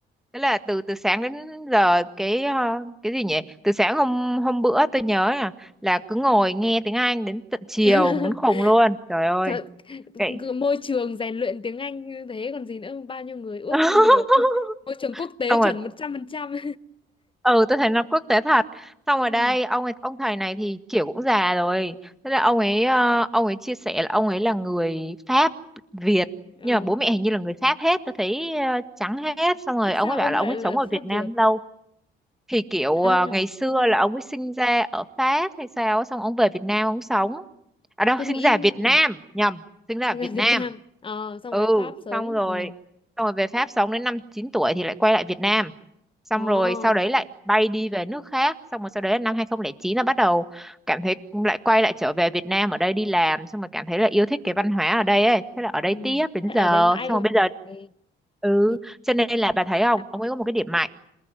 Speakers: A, in the centre; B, on the left.
A: thế là từ từ sáng đến giờ cái ờ, cái gì nhỉ từ sáng hôm hôm bữa tôi nhớ là là cứ ngồi nghe tiếng Anh đến tận chiều
B: <laughs>
A: muốn khùng luôn trời ơi
B: Trời,
A: cái
B: cứ môi trường rèn luyện tiếng Anh như thế còn gì nữa bao nhiêu người ước
A: <laughs>
B: không được <laughs> môi trường quốc tế
A: xong
B: chuẩn
A: rồi
B: 100%
A: ừ tôi thấy nó quốc tế thật
B: <laughs>
A: xong rồi
B: ừ
A: đây ông ấy ông thầy này thì kiểu cũng già rồi thế là ông ấy ờ, ông ấy chia sẻ là ông ấy là người Pháp Việt
B: ờ
A: nhưng mà bố mẹ hình như là người Pháp hết tôi thấy ờ, trắng hết xong
B: thế,
A: rồi
B: thế
A: ông
B: sao
A: ấy
B: ông
A: bảo là
B: lại
A: ông ấy
B: là
A: sống ở
B: Pháp
A: Việt Nam
B: Việt
A: lâu thì kiểu
B: à
A: ờ, ngày xưa là ông ấy sinh ra ở Pháp hay sao á, xong ông về Việt Nam ông sống à đâu
B: tôi
A: sinh
B: nghĩ
A: ra ở Việt Nam
B: ừ.
A: nhầm sinh ra
B: sinh
A: ở
B: ra
A: Việt
B: Việt
A: Nam
B: Nam ờ xong
A: ừ
B: về Pháp sống
A: xong rồi
B: ừ
A: xong rồi về Pháp sống đến năm 9 tuổi thì lại quay lại Việt Nam xong
B: ờ
A: rồi sau đấy lại bay đi về nước khác xong rồi sau đấy là năm 2009 là bắt đầu cảm thấy lại quay lại trở về Việt Nam ở đây đi làm xong rồi cảm thấy là yêu thích cái văn hóa ở đây ấy thế là ở
B: ừ
A: đây tiếp đến
B: thế
A: giờ
B: ở đây mãi
A: xong
B: luôn
A: rồi bây giờ
B: Ê,
A: ừ
B: nhìn
A: cho nên là bà thấy
B: Việt
A: không
B: Nam-
A: ông ấy có một cái điểm mạnh